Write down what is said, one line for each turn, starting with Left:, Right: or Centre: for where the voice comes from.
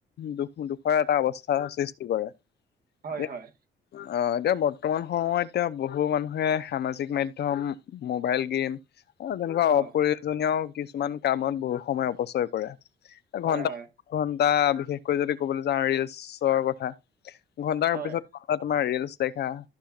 Left: দুখ, দুখৰ এটা অৱস্থা। সৃষ্টি কৰে, এ
Right: হয়
Left: আহ,
Right: হয়
Left: এতিয়া বৰ্তমান সময়ত এতিয়া বহুত বহু মানুহে সামাজিক মাধ্যম, মোবাইল গেম তেনেকুৱা
Right: অ
Left: অপ্ৰয়ো জনীয় কিছুমান কামত বহুত সময় অপচয় কৰে, এ
Right: হয়
Left: ঘন্টা
Right: হয়
Left: ঘন্টা, বিশেষকৈ যদি ক'বলৈ যাওঁ ৰিলচৰ কথা, ঘন্টাৰ
Right: হয়
Left: পিছত তোমাৰ ৰিলচ দেখা